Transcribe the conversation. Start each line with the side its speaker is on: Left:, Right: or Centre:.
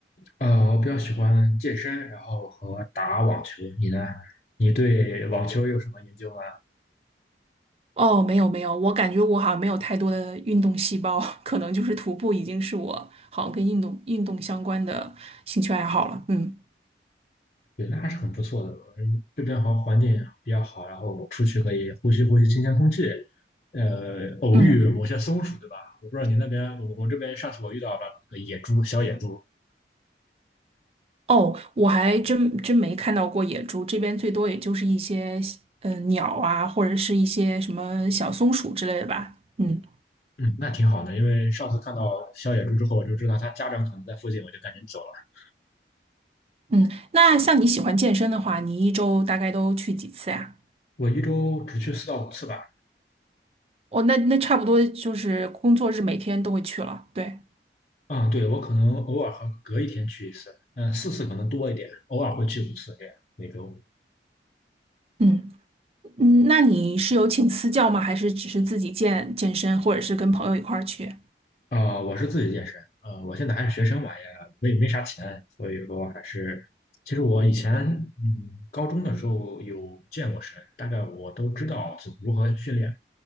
Left: 呃，我比较喜欢健身，然后和打网球。你呢？你对网球有什么研究吗？
Right: 哦，没有没有，我感觉我好像没有太多的运动细胞，<laughs> 可能就是徒步已经是我好像跟运动运动相关的兴趣爱好了。嗯
Left: 对，那还是很不错的。嗯这边好像环境比较好，然后出去可以呼吸呼吸新鲜空气，呃，偶遇某些松鼠，
Right: 嗯。
Left: 对吧？我不知道你那边，我我这边上次我遇到了那个野猪，小野猪，
Right: 哦，我还真真没看到过野猪，这边最多也就是一些嗯，呃鸟啊，或者是一些什么小松鼠之类的吧。嗯
Left: 嗯，那挺好的。因为上次看到小野猪之后，我就知道它家长可能在附近，我就赶紧走了。
Right: 嗯，那像你喜欢健身的话，你一周大概都去几次呀？
Left: 我一周只去四到五次吧。
Right: 哦，那那差不多就是工作日每天都会去了。对，
Left: 嗯，对，我可能偶尔和隔一天去一次，嗯，四次可能多一点，偶尔会去五次这样每周。
Right: 嗯嗯，那你是有请私教吗？还是只是自己健健身，或者是跟朋友一块儿去？
Left: 呃，我是自己健身，呃，我现在还是学生嘛，也没没啥钱，所以说还是，其实我以前嗯高中的时候有健过身，大概我都知道怎么如何训练，